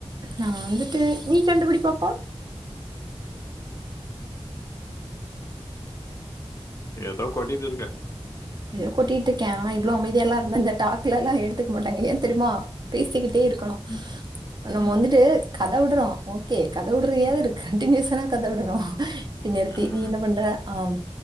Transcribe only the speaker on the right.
நா வந்துட்டு நீ கண்டுபிடி பாப்போ
எதோ கொட்டிட்ருக்கே ஆனா இவ்ளோ அமைதியா எல்லா இருந்தா இந்த டாக்லல்லா எடுத்துக்க மாட்டாங்க. ஏ தெரிமா? பேசிக்கி ட்டே இருக்கணு
நம்ம
வந்துட்டு கத விட்றோ ஓ கே கத உட்றயாவது
கன்ட்டினியூஸன்னா கத விடணு ப்டி நிறுத்தி
நீ என்ன பண்ற ஆம்